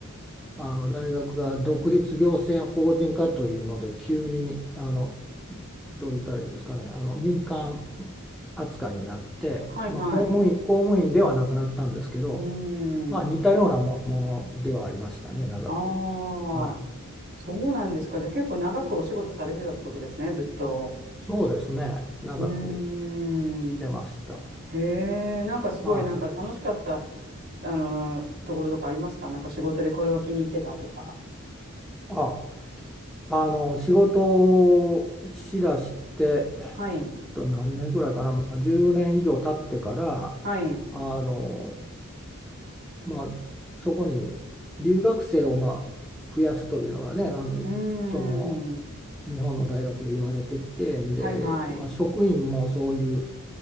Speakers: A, in the centre; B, on the right.
A: あの大学が独立行政法人化というので、急にあのどう言ったらいいですかね、あの民間扱いになって、
B: はいはい。
A: まあ、公務員、公務員ではなくなったんですけど、
B: うーん。
A: まあ、似たようなも、ものではありましたね、長く。
B: あ
A: はい。
B: あ。そうなんですか。じゃあ結構長くお仕事されてたところですね、ずっと。
A: そうですね、長く
B: うーん。
A: してました。
B: へえ、なんかすごいなんか楽しかった、
A: はい。
B: あのところとかありますかなんか仕事でこれは気に入ってたとか。
A: あ、あの、仕事をしだして、えっ
B: はい。
A: と、何年ぐらいかな、まあ、10年以上経ってから、
B: はい。う
A: あの、まあ、そこに留学生を、まあ、増やすというのがね、あの、
B: ーん。
A: その、日本の大学で言われてて、で、
B: はいはい。
A: まあ、職員もそういう、